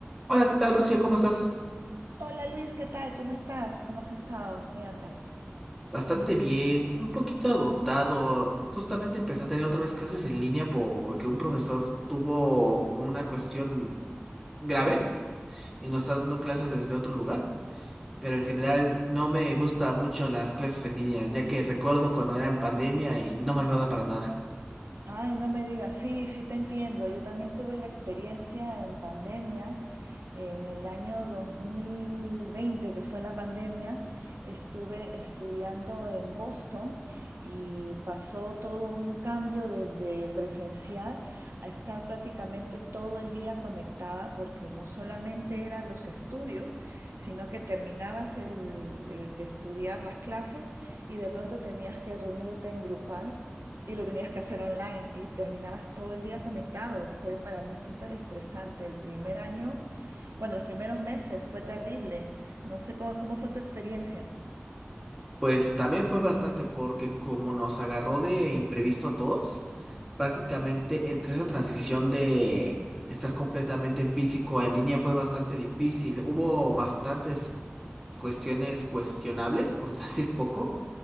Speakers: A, in the centre; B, on the right (about 80°).
A: Hola, ¿qué tal, Rocío? ¿Cómo estás?
B: Hola Luis, ¿qué tal? ¿Cómo estás? ¿Cómo has estado? ¿En ¿Qué andas?
A: Bastante bien, un poquito agotado. Justamente empecé a tener otra vez clases en línea porque un profesor tuvo una cuestión grave y nos está dando clases desde otro lugar. Pero en general no me gusta mucho las clases en línea, ya que recuerdo cuando era en pandemia y no me agrada para nada.
B: Ay, no me digas, sí, sí te entiendo. Yo también tuve la experiencia en pandemia, en el año 2020, que fue la pandemia, estuve estudiando en Boston y pasó todo un cambio desde presencial a estar prácticamente todo el día conectada, porque no solamente eran los estudios, sino que terminabas el, el de estudiar las clases y de pronto tenías que reunirte en grupal y lo tenías que hacer online y terminabas todo el día conectado. Fue para mí súper estresante. El primer año, bueno, los primeros meses fue terrible. No sé cómo, cómo fue tu experiencia.
A: Pues también fue bastante porque como nos agarró de imprevisto a todos, prácticamente entre esa transición de estar completamente en físico a en línea fue bastante difícil. Hubo bastantes cuestiones cuestionables, por <laughs> decir poco,